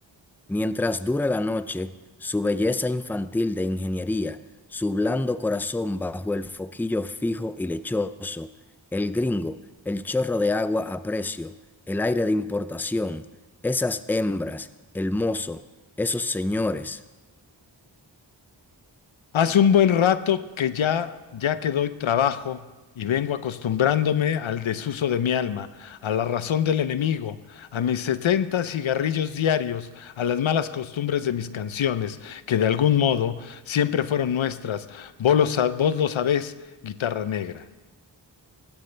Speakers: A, in the centre; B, on the left (about 80°).
A: Mientras dura la noche, su belleza infantil de ingeniería, su blando corazón bajo el foquillo fijo y lechoso, el gringo, el chorro de agua a precio, el aire de importación, esas hembras, el mozo, esos señores.
B: Hace un buen rato que ya, ya que doy trabajo y vengo acostumbrándome al desuso de mi alma, a la razón del enemigo, a mis 70 cigarrillos diarios, a las malas costumbres de mis canciones, que de algún modo siempre fueron nuestras. Vos lo, sa- vos lo sabés, guitarra negra.